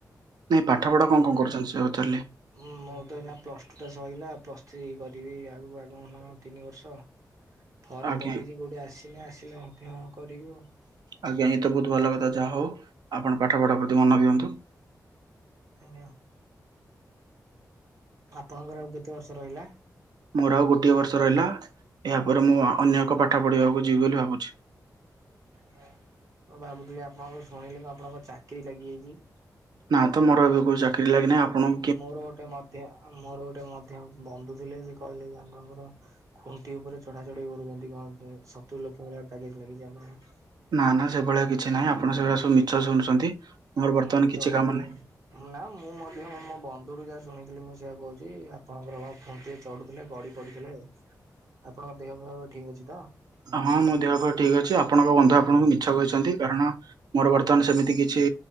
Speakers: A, on the right; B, on the right.
A: ନାଇଁ ପାଠ ପଢା କଣ କଣ କରୁଛନ୍ତି ସେଇଆ ପଚାରିଲି।
B: ହଁ ମୁଁ ତ ଏଇନା ପ୍ଲସ ଟୁ ଟା ସରିଲା ପ୍ଲସ ଥ୍ରୀ କରିବି ଆଗକୁ ଆଗମନ ତିନି ବର୍ଷ। ଫର୍ମ
A: ଆଜ୍ଞା
B: ପକେଇଛିି କଉଠି ଆସିନି ଆସିଲେ ମଧ୍ୟ କରିବି ଆଉ।
A: ଆଜ୍ଞା ଏଇଏ ତ ବହୁତ ଭଲ କଥା ଯାହା ହଉ ଆପଣ ପାଠ ପଢା ପ୍ରତି ମନ ଦିଅନ୍ତୁ
B: <unintelligible> ଆପଣଙ୍କର ଆଉ କେତେ ବର୍ଷ ରହିଲା?
A: ମୋର ଆଉ ଗୋଟିଏ ବର୍ଷ ରହିଲା। ଏହା ପରେ ମୁଁ ଅନ୍ୟ ଏକ ପାଠ ପଢିବାକୁ ଯିବି ବୋଲି ଭାବୁଚି।
B: ମୁଁ ଭାବୁଥିଲି ଆପଣଙ୍କ ଶୁଣିଲି ମୁଁ ଆପଣଙ୍କ ଚାକିରି ଲାଗିଯାଇଚି।
A: ନା ତ ମୋର ଏବେ କେଉଁ ଚାକିରି ଲାଗିନାହିଁ। ଆପଣ
B: ମୋର ଗୋଟେ ମଧ୍ୟ ମୋର ଗୋଟେ ମଧ୍ୟ ବନ୍ଧୁ ଥିଲେ ସେ କହିଲେ ଯେ ଆପଣଙ୍କର ଖୁଣ୍ଟି ଉପରେ ଚଢା ଚଢ଼ି କରୁଛନ୍ତି କଣ ସତୁରି ଲକ୍ଷ ଭଳିଆ ପ୍ୟାକେଜ ଲାଗିଚି ଆପଣଙ୍କର।
A: ନା ନା ସେଭଳିଆ କିଛି ନାହିଁ ଆପଣ ସେଗୁଡ଼ା ସବୁ ମିଛ ଶୁଣୁଛନ୍ତି। ମୋର
B: ଖୁଣ୍ଟିରୁ
A: ବର୍ତ୍ତମାନ କିଛି
B: ଚଢିକି
A: କାମ ନାହିଁ।
B: ନା ମୁଁ ମଧ୍ୟ ମୋ ବନ୍ଧୁ ରୁ ଯାହା ଶୁଣିଥିଲି ମୁଁ ସେଇଆ କହୁଚି। ଆପଣଙ୍କର ଖୁଣ୍ଟି ଚଢୁଥିଲେ ଗଡି ପଡିଥିଲେ। ଆପଣଙ୍କ ଦେହ ଫ ଠିକ୍ ଅଛି ତ?
A: ହଁ ମୋ ଦେହ ପା ଠିକ ଅଛି ଆପଣଙ୍କ ବନ୍ଧୁ ଆପଣଙ୍କୁ ମିଛ କହିଛନ୍ତି। କାରଣ ମୋର ବର୍ତ୍ତମାନ ସେମିତି କିଛି